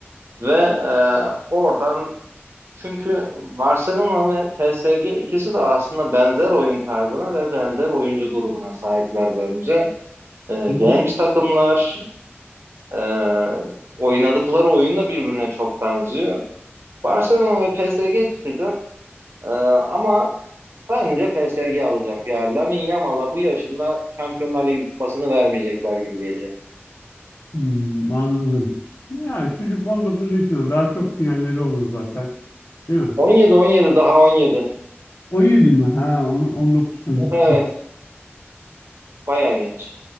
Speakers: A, on the right (about 65°); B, on the left (about 70°).
A: Ve e, oradan çünkü Barcelona ve PSG ikisi de aslında benzer oyun tarzına ve benzer oyuncu grubuna sahipler bence. E,
B: <laughs>
A: genç takımlar e, oynadıkları oyun da birbirine çok benziyor. Barcelona ve PSG çıkacak E, ama bence PSG alacak. Ya Lamine Yamal'a bu yaşında Şampiyonlar Ligi kupasını vermeyecekler gibi geliyor.
B: Hmm, anladım. Ya çocuk 19 yaşında daha çok sinyalleri olur zaten. Değil mi?
A: 17-17 daha 17.
B: 17 mi? Ha on- 19 sanırım.
A: <laughs> Evet bayağı genç.